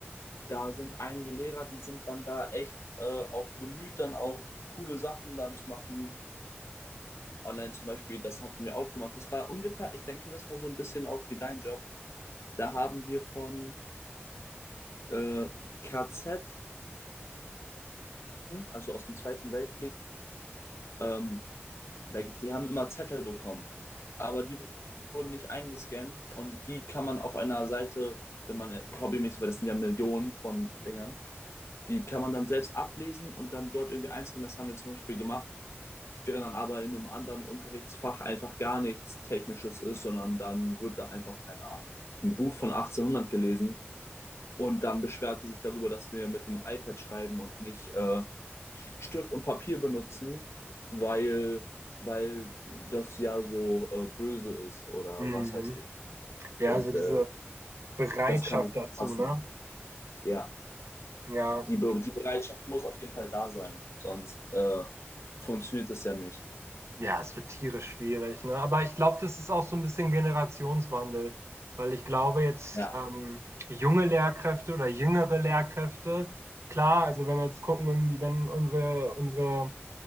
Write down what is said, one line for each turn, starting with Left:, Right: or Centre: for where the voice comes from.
Left: da sind einige Lehrer, die sind dann da echt äh, auch bemüht, dann auch coole Sachen dann zu machen. Online zum Beispiel, das hatten wir auch gemacht. Das war ungefähr, ich denke, das war so ein bisschen auch wie dein Job. Da haben wir von äh, KZ-Leuten, also aus dem Zweiten Weltkrieg, ähm, die haben immer Zettel bekommen, aber die wurden nicht eingescannt und die kann man auf einer Seite, wenn man jetzt hobbymäßig, weil das sind ja Millionen von
Right: Mhm.
Left: Dingern, die kann man dann selbst ablesen und dann dort irgendwie einscannen. Das haben wir zum Beispiel gemacht, während dann aber in einem anderen Unterrichtsfach einfach gar nichts Technisches ist, sondern dann wird da einfach, keine Ahnung, ein Buch von 1800 gelesen Und dann beschwert sie sich darüber, dass wir mit einem iPad schreiben und nicht äh, Stift und Papier benutzen, weil, weil das ja so äh, böse ist oder
Right: Mhm.
Left: was weiß ich.
Right: Ja,
Left: Und
Right: also diese
Left: äh,
Right: Bereitschaft
Left: das kann nicht
Right: dazu,
Left: passen.
Right: ne?
Left: Ja,
Right: Ja.
Left: die, Be die Bereitschaft muss auf jeden Fall da sein, sonst äh, funktioniert das ja nicht.
Right: ja, es wird tierisch schwierig, ne? Aber ich glaube, das ist auch so ein bisschen Generationswandel, weil ich glaube jetzt,
Left: Ja,
Right: ähm, junge Lehrkräfte oder jüngere Lehrkräfte klar, also, wenn wir jetzt gucken, irgendwie, wenn unsere unsere